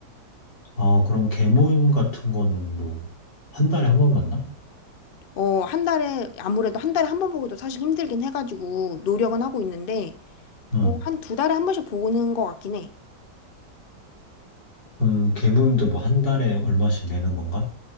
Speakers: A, on the left (about 85°); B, on the left (about 60°).
A: 아, 그럼 개모임 같은 거는 뭐, 한 달에 한 번 만나?
B: 어, 한 달에, 아무래도 한 달에 한 번 보기도 사실 힘들긴 해가지고 노력은 하고 있는데,
A: 응.
B: 어, 한 두 달에 한 번씩 보는 것 같긴 해.
A: 음, 개모임도 뭐 한 달에 얼마씩 내는 건가?